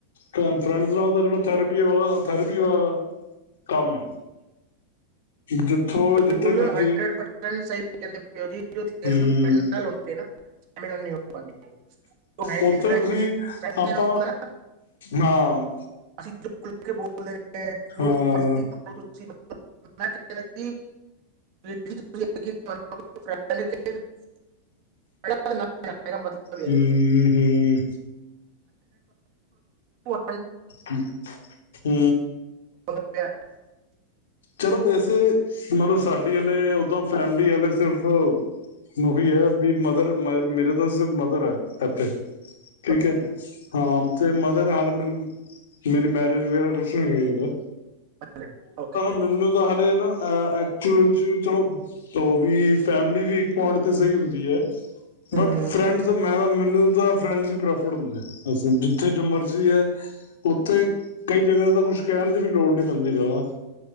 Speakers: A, on the left (about 60°); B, on the right (about 45°).
A: ਫ੍ਰੈ ਫੈ੍ਂਡਸ ਨਾਲੋ ਤੇ ਜੇੜਾ ਥੈਰੇਪੀ ਆਲਾ <unintelligible> ਕੰਮ, ਜਿੱਥੋਂ
B: ਤੁਸੀਂ
A: ਜਿੱਥੇ
B: ਬਿਲਕੁਲ
A: ਮਰਜ਼ੀ।
B: <inaudible>
A: ਹੂੰ
B: ਹੈਂਡ
A: ਓੱਥੇ
B: ਫਰੈਸ਼
A: ਤੁਸੀਂ,
B: ਫਰੈਸ਼
A: ਅੱਪਾ,
B: ਹੁੰਦਾ ਨਾ
A: ਹਾਂ
B: <inaudible> <inaudible>
A: ਹਾਂ
B: <inaudible> <inaudible> <inaudible> <inaudible> <inaudible> ਮੇਰਾ ਮਤਲਬ ਏ
A: ਹੂੰ ਹੂੰ
B: <inaudible> <inaudible>
A: ਹੂੰ।
B: <unintelligible>
A: ਚਰੋ ਵੈਸੇ ਮਲਬ ਸਾਡੇ ਆਲੇ ਉਦਾਂ ਫੈਮਿਲੀ ਆਲੇ ਸਿਰਫ ਓਹੀ ਹੈ ਵੀ ਮਦਰ ਮ ਮੇਰੇ ਤਾਂ ਸਿਰਫ ਮਦਰ ਹੈ ਐੱਥੇ। ਠੀਕ
B: ਔਰ
A: ਐ,
B: ਜੀ
A: ਹਾਂ
B: ਜੀ
A: ਤੇ ਮਦਰ ਹਾਲ ਮ ਮੇਰੀ ਮੈਰਿਜ ਵਗੈਰਾ ਕੁਛ ਨੀ ਹੋਈ ਹਲੇ।
B: <inaudible> ਓਕੇ
A: ਮੈਨੂੰ ਤਾਂ ਹੱਲੇ ਨਾ <unintelligible> ਚਲੋ, ਓ ਵੀ ਫੈਮਿਲੀ ਵੀ ਇੱਕ ਪੋਇੰਟ ਤੇ ਸਈ ਹੁੰਦੀ ਐ। ਬਟ
B: ਹਮ
A: ਫਰੈਂਡਸ ਮੈ ਤਾਂ ਮੈਨੂੰ ਦਾ ਫਰੈਂਡਸ ਈ ਪ੍ਰੈਫਟ ਹੁੰਦੇ, ਜਿੱਥੇ ਜੋ ਮਰਜੀ ਐ ਉੱਥੇ ਕਈ ਜਗਾ ਤਾਂ ਕੁਛ ਕੈਣ ਦੀ ਵੀ ਲੋੜ ਨੀ ਪੈਂਦੀ ਜਾਦਾ।